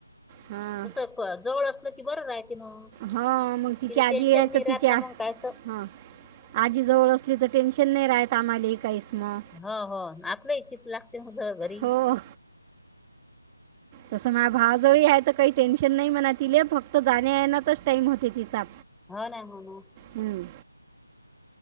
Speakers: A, on the right (about 15°); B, in the centre.
A: हां
B: जस जवळ असलं की बरं राहते मग
A: हा मग तिची
B: तिला
A: आजी
B: टेन्शन
A: आहे
B: नाही
A: तर
B: राहत
A: तिच्या
B: ना मग कायचं
A: हा आजी जवळ असली तर टेन्शन नाही राहत आम्हाला काहीस मग
B: हो हो आपलं इ चित लागते मझ घरी
A: हो तसं माझ्या भावाजवळ आहे तर काही टेन्शन नाही म्हणा तिले फक्त जाणे येनाच टाइम होते तिचा
B: हो ना हो ना
A: हम्म